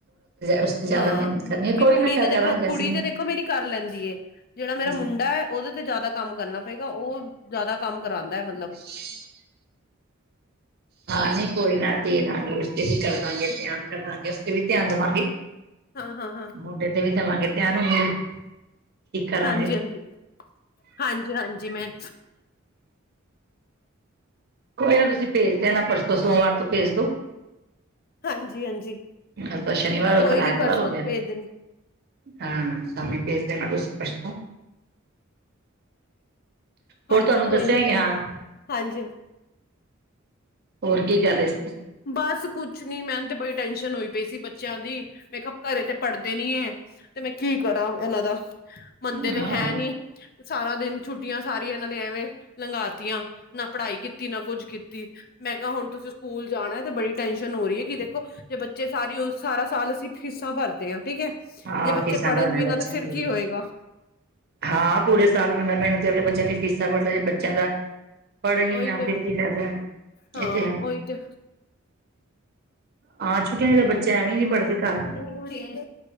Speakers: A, on the right (about 50°); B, on the left (about 45°).
A: ਉਸ ਜ਼ਿਆਦਾ
B: ਹਾਂ
A: ਮਿਹਨਤ ਕਰਨੀ
B: ਕਿਉਂਕਿ
A: ਹੈ, ਕੋਈ।
B: ਕੁੜੀ
A: ਨਾ ਕਰ
B: ਤੇ ਦੇਖੋ,
A: ਕਰਾਂਗੇ
B: ਕੁੜੀ
A: ਅਸੀਂ
B: ਤੇ ਦੇਖੋ ਮੇਰੀ ਕਰ ਲੈਂਦੀ ਹੈ ਏ, ਜਿਹੜਾ
A: ਹਾਂਜੀ
B: ਮੇਰਾ ਮੁੰਡਾ ਹੈ ਉਹਦੇ ਤੇ ਜ਼ਿਆਦਾ ਕੰਮ ਕਰਨਾ ਪਏਗਾ ਉਹ ਜ਼ਿਆਦਾ ਕੰਮ ਕਰਾਂਦਾ ਹੈ ਮਤਲਬ।
A: <inaudible> ਹਾਂ ਨਹੀਂ ਕੋਈ ਨਾ ਦੇ ਦੇਂਗੇ ਅਸੀਂ ਵੀ ਕਰ ਦਵਾਂਗੇ ਧਿਆਨ ਕਰ ਦਾਂਗੇ ਅਸੀ ਤੇ ਵੀ ਧਿਆਨ ਦੇਵਾਂਗੇ।
B: ਹਾਂ ਹਾਂ ਹਾਂ
A: ਮੁੰਡੇ ਤੇ ਵੀ ਦੇਵਾਂਗੇ ਧਿਆਨ ਉਹਨੂੰ ਵੀ ਠੀਕ ਕਰਾਂਗੇ।
B: ਹਾਂਜੀ- ਹਾਂਜੀ, ਹਾਂਜੀ- ਹਾਂਜੀ ਮੈਂ।
A: ਕੋਈ ਨਾ ਤੁਸੀਂ ਭੇਜ ਦੇਣਾ ਪਰਸੋਂ ਸੋਮਵਾਰ ਤੋਂ ਭੇਜ ਦੋ।
B: ਹਾਂਜੀ, ਹਾਂਜੀ
A: ਅੱਜ ਤਾਂ ਸ਼ਨੀਵਾਰ
B: ਕੋਈ
A: ਹੋ ਕੱਲ ਐਤਵਾਰ
B: ਨੀ, ਪਰਸੋਂ
A: ਹੋ ਗਿਆ।
B: ਭੇਜ ਦੇਣੀ
A: ਹਾਂ ਸ਼ਾਮੀ ਭੇਜ ਦੇਣਾ ਤੁਸੀਂ ਪਰਸੋਂ
B: ਹਾਂਜੀ
A: ਹੋਰ ਤੁਹਾਨੂੰ ਦੱਸਿਆ
B: ਕੋਈ ਨੀ
A: ਈ ਹਾਂ।
B: ਹਾਂਜੀ
A: ਹੋਰ ਕੀ ਕਰ ਰਹੇ ਸੀ
B: ਬਸ ਕੁਛ ਨੀ ਮੈਂਨੂੰ ਤੇ ਬੜੀ ਟੈਨਸ਼ਨ ਹੋਈ ਪਈ ਸੀ ਬੱਚਿਆਂ ਦੀ, ਮੈਂ ਕਿਹਾ ਘਰੇ ਤੇ ਪੜ੍ਹਦੇ ਨੀ ਹੈ ਤੇ ਮੈਂ ਕੀ ਕਰਾਂ ਇਹਨਾਂ ਦਾ, ਮੰਨਦੇ ਤੇ
A: ਹਾਂ
B: ਹੈ ਨੀ। ਸਾਰਾ ਦਿਨ ਛੁੱਟੀਆਂ, ਸਾਰੀਆਂ ਇਹਨਾਂ ਦੇ ਐਵੇਂ ਲੰਘਾਤੀਆਂ, ਨਾ ਪੜ੍ਹਾਈ ਕੀਤੀ ਨਾ ਕੁੱਝ ਕੀਤੀ, ਮੈਂ ਕਿਹਾ ਹੁਣ ਤੁਸੀਂ ਸਕੂਲ ਜਾਣਾ ਤੇ ਬੜੀ ਟੈਨਸ਼ਨ ਹੋ ਰਹੀ ਹੈ ਕਿ ਦੇਖੋ, ਜੇ ਬੱਚੇ ਸਾਰੀ ਸਾਰਾ ਸਾਲ ਅਸੀਂ ਫੀਸਾਂ ਭਰਦੇ ਹਾਂ ਠੀਕ ਹੈ।
A: ਹਾਂ
B: ਜੇ ਬੱਚੇ
A: ਫੀਸਾਂ
B: ਪੜਨ
A: ਭਰਨੀਆਂ
B: ਵੀ
A: ਬੱਚਿਆਂ
B: ਨਾ, ਤੇ ਫੇਰ
A: ਦੀਆਂ
B: ਕੀ ਹੋਏਗਾ।
A: ਹਾਂ ਪੂਰੇ ਸਾਲ ਬੰਦਾ ਮਿਹਨਤ ਕਰਕੇ ਬੱਚਿਆਂ ਦੀ ਫੀਸਾਂ ਭਰਦਾ ਜੇ ਬੱਚਿਆਂ ਦਾ ਪੜ੍ਹਨ
B: ਉਹੀ
A: ਨਾ,
B: ਤੇ
A: ਫਿਰ ਕੀ ਫਾਇਦਾ,
B: ਹਾਂ
A: ਇਹ ਤੇ ਹੈ
B: ਉਹੀ ਤੇ
A: ਆ ਛੁੱਟੀਆਂ 'ਚ ਬੱਚਾ ਜੈਵੀਂ ਨੀ
B: ਹਮ
A: ਪੜਦੇ ਘਰ,